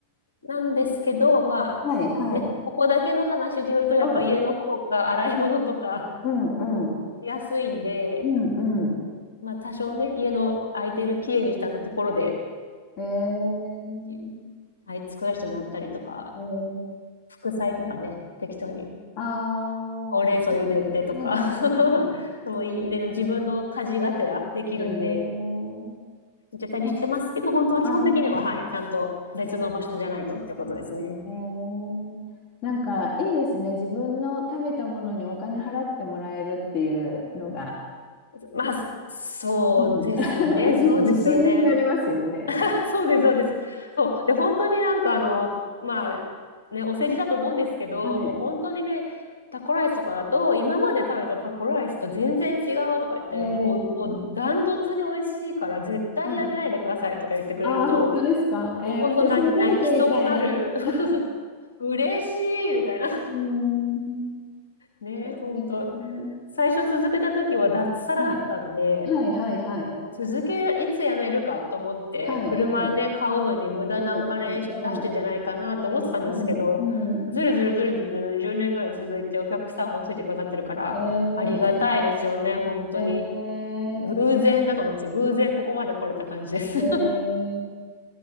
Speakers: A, on the left (about 75°); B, on the left (about 40°).
A: なんですけど、まあ、
B: はいはい。
A: ね、こここだけの話で言うと、やっぱ家の方が洗い物とか
B: うん、うん、うん、
A: <laughs> 安いんで、
B: うん、うん。
A: まあ多少ね、家の空いてる、きれいにしたところで、
B: えー、
A: いはい、作らせてもらったりとか、
B: えー、
A: 副菜とかね、適当に。
B: ああ、
A: ほうれん草茹でてとか
B: はいはいはいはい。
A: <laughs> でもいい、で、自分の家事がてらできるんで、
B: えー、
A: やったりしてますけど、
B: あ、
A: 本当は基本的には、
B: あー、
A: はい、ちゃんと別の場所じゃないとってことですね。
B: えー、えー、なんかいいですね。自分の食べたものにお金払ってもらえるっていうのが、
A: まあ、そうですね。
B: うん、あの、<laughs>
A: そうですよね。
B: じ、自信になりますよね。
A: <laughs> そうです、そうです。そう。で、本当になんかあの、まあ、ね、お世辞だと思うんですけど、
B: はい。
A: もう本当にね、タコライスとかだと、今まで食べたタコライスと全然違うとか言って、
B: えー、
A: もう、もうダントツに美味しいから絶対やめないでくださいとか言ってくれると、
B: はい。ああ、本当ですか。えー、
A: もう本当泣き、
B: 私も食べてみたいな、
A: 泣きそうになる。
B: それ。
A: <laughs> 嬉しいみたいな。
B: うーん。
A: ね、
B: えー、
A: 本当。最初続けた時は脱サラだったんで、
B: はい。はいはいはい。
A: もう続け、いつ辞めるかと思って、
B: はい、
A: 車ね、
B: はい。
A: 買うのに無駄なお金出してんじゃないかなと思ってたんですけど、
B: うん、うん、うん、うん、うん。うん
A: ずるずるずるずる10年ぐらい続いてお客さんもついてくださってるから、
B: え
A: ありがたいですよね、本当に。
B: ー、え
A: 偶然だと思いますよ。偶然ここまで来れた感じです。
B: ー、え